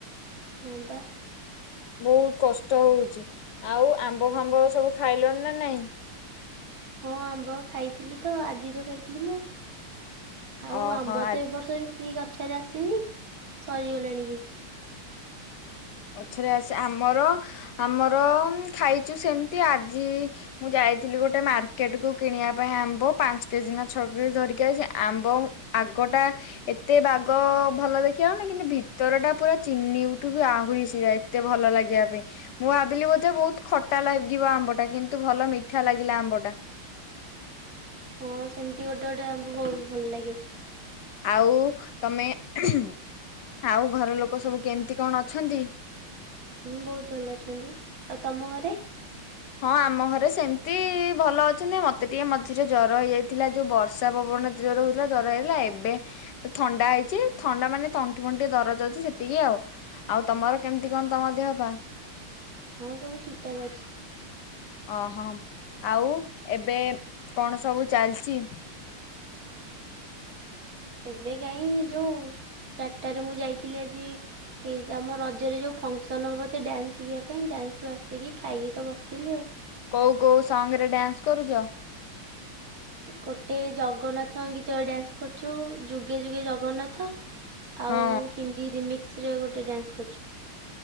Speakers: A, on the right; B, on the left.
A: ହୁଁ ପା।
B: ବୋହୁତ୍ କଷ୍ଟ ହୋଉଚି। ଆଉ ଆମ୍ବ ଫାମ୍ବ ସବୁ ଖାଇଲଣି ନା ନାଇଁ?
A: ହଁ ଆମ୍ବ ଖାଇଥିଲୁ ତ ଆଜି ତ ଖାଇଥିଲି ମୁଁ। ଆଉ
B: ଓହୋ
A: ଆମ୍ବ
B: ଆ
A: ତ ଏ ବର୍ଷ ବେଶୀ ଗଛରେ ଆସିନି ସରିଗଲାଣି ବି।
B: ପଛରେ ଆସେ ଆମର ଆମର ଖାଇଚୁ ସେମିତି ଆଜି ମୁଁ ଯାଇଥିଲି ଗୋଟେ ମାର୍କେଟ କୁ କିଣିଆ ପାଇଁ ଆମ୍ବ ପାଞ୍ଚ କେଜି ନା ଛଅ କେଜି ଧରିକି ଆଇଚି। ଆମ୍ବ ଉଁ ଆଗଟା ଏତେ ବାଗ ଭଲ ଦେଖିବାକୁ ନୁଏଁ। କିନ୍ତୁ ଭିତର ଟା ପୁରା ଚିନି ଠୁ ବି ଆଉ ରୀ ଶିରା ଏତେ ଭଲ ଲାଗିବା ପାଇଁ ମୁଁ ଆବିଲି ବୋଧେ ବହୁତ ଖଟା ଲାଗିବ ଆମ୍ବ ଟା। କିନ୍ତୁ ଭଲ ମିଠା ଲାଗିଲା ଆମ୍ବ ଟା।
A: ହଁ ସେମିତି ଗୋଟେ ଗୋଟେ ଆମ୍ବ ବହୁତ ଭଲ ଲାଗେ।
B: ଆଉ ତମେ ଉଁ ହୁଁ ଆଉ ଘର ଲୋକ ସବୁ କେମିତି କଣ ଅଛନ୍ତି?
A: ହୁଁ ବହୁତ ଭଲ ଅଛନ୍ତି। ଆଉ ତମ ଘରେ?
B: ହଁ ଆମ ଘରେ ସେମତି ଭଲ ଅଛନ୍ତି ମତେ ଟିକେ ମଝିରେ ଜର ହେଇଯାଇଥିଲା ଯୋଉ ବର୍ ଷା ପବନ ଏତେ ଜୋର ରେ ହଉଥିଲା ଜର ହେଇଥିଲା। ଏବେ ଥଣ୍ଡା ହେଇଚି ଥଣ୍ଡା ମାନେ ତଣ୍ଟି ଫଣ୍ଟି ଦରଜ ଅଛି, ସେତିକି ଆଉ। ଆଉ ତମର କେମିତି କଣ ତମ ଦେହ ପା?
A: ହଁ ସବୁ ଠିକ୍ ଠାକ୍ ଅଛି।
B: ଓହୋ ଆଉ ଏବେ କଣ ସବୁ ଚାଲଚି?
A: ଏବେ କାହିଁ ଯୋଉ ଚାରିଟାରେ ମୁଁ ଯାଇଥିଲେ ଆଜି ହେଇଚି ଆମ ରଜରେ ଯଉ ଫଙ୍କସନ୍ ହବ ତି ଡ୍ୟାନ୍ସ ଶିଖିବା ପାଇଁ ଡ୍ୟାନ୍ସରୁ ଆସିକି ଖାଇକି ତ ବସିଥିଲି ଆଉ।
B: କଉ କଉ ସଙ୍ଗ ରେ ଡ୍ୟାନ୍ସ କରୁଚ?
A: ଗୋଟେ ଜଗନ୍ନାଥ ଗୀତରେ ଡ୍ୟାନ୍ସ କରୁଚୁ ଯୁଗେ ଯୁଗେ ଜଗନ୍ନାଥ। ଆଉ
B: ହଁ
A: ହିନ୍ଦୀ ରିମିକ୍ସରେ ଗୋଟେ ଡ୍ୟାନ୍ସ କରୁଚୁ।